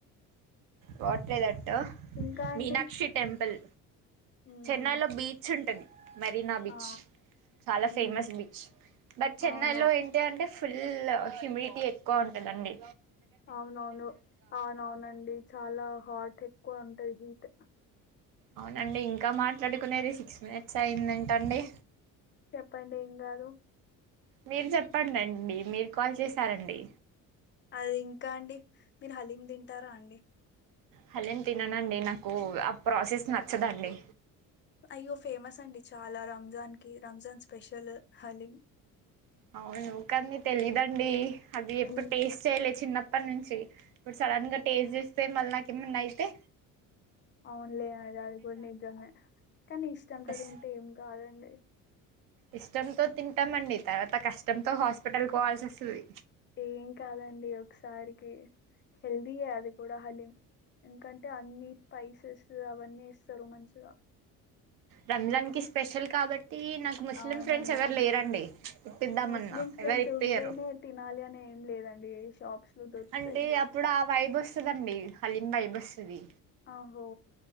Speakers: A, on the right; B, on the left.
A: వాట్లేద టో
B: ఇంకా అండి
A: మీనాక్షి టెంపుల్
B: ఉమ్,
A: చెన్నైలో బీచ్ ఉంటుంది. మరీనా బీచ్
B: ఆ
A: చాలా
B: ఉమ్,
A: ఫేమస్ బిచ్, బట్ చెన్నై
B: అవును
A: లో ఏంటి అంటే ఫుల్ హ్యూమియిటీ ఎక్కువ ఉంటుంఅండి.
B: అవునవును అవునవునండి చాలా హాట్ ఎక్కువ ఉంటది హీట్.
A: అవునండి ఇం కా మాట్లాడుకునేది సిక్స్ మినిట్స్ అయ్యిందంట అండి.
B: చెప్పండి ఏం గాదు.
A: మీరు చెప్పండండి మీరు కాల్ చేసారండి.
B: అది ఇంకా అండి మీరు హలీం తింటారా అండి.
A: హలీం తిననండి నాకు ఆ ప్రాసెస్ నచ్చదండి.
B: అయ్యో ఫేమస్ అండి చాలా రంమ్జాన్ కి రంమ్జాన్ స్పెషల్ హలీం.
A: అవును కానీ తెలీదండి. అది ఎప్పుడు
B: ఎన్-
A: టేస్ట్ చేయ్యలే చిన్న అప్పనుంచి ఇప్పుడు సడన్ గా టేస్ట్ జేస్ స్సే మళ్ళ్ నాకేమన్నైతే
B: అవున్లే అది అది కూడా నిజమే, కానీ ఇష్టంతో
A: అస్
B: తింటే ఏం కాదండి.
A: ఇష్టంతో తింటాంమండి తర్వాత కష్టంతో హాస్పిటల్ కోవాల్సి వస్సది.
B: ఏం కాదండి ఒకసారికి హెల్దీయే అది కూడా హలిం. ఎంకంటే అన్ని స్పైసెస్. సు అవన్నెస్ సరు మంచిగా
A: రంజన్ కి స్పెషల్ కాబట్ టి నాకు ముస్లిం
B: అవునండి
A: ఫ్రెండ్స్ ఎవరు లేరండి ఇప్పిద్దామన్నా
B: ముస్లిం ఫ్రెండ్స్
A: ఎవరు ఇప్పీయరు
B: ఉంటేనే తినాలి అని లేదండి షాప్స్ లో దొరుకుతాయి
A: అంటే అప్పుడు ఆ వైబ్ వస్తదండి హలీమ్ వైబ్ వస్తది
B: ఆహో